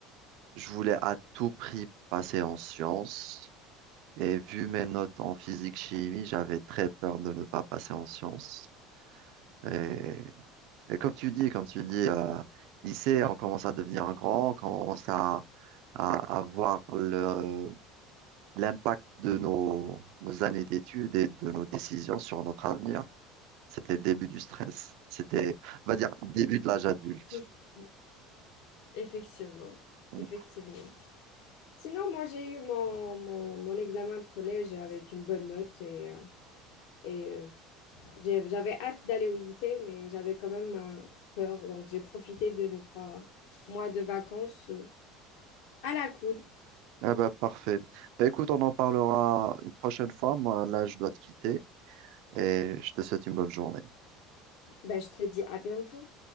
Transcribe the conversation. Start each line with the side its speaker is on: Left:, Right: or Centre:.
Right: je voulais à tout prix passer en sciences. Et vu mes notes en physique-chimie, j'avais très peur de ne pas passer en sciences. Et Et comme tu dis, comme tu dis, euh, lycée, on commence à devenir grand, on commence à, à, à voir le, l'impact de nos, nos années d'études et de nos décisions sur notre avenir. C'était le début du stress. C'était, on va dire, le début de l'âge adulte.
Left: <laughs> Effectivement,
Right: Mm.
Left: effectivement. Sinon, moi, j'ai eu mon, mon, mon examen de collège avec une bonne note et, euh, et euh, J'ai- J'avais hâte d'aller au lycée, mais j'avais quand même euh, peur. Donc, j'ai profité de mes trois mois de vacances euh, à la cool.
Right: Ah bah, parfait. Bah, écoute, on en parlera une prochaine fois. Moi, là, je dois te quitter et je te souhaite une bonne journée.
Left: Ben, je te dis à bientôt.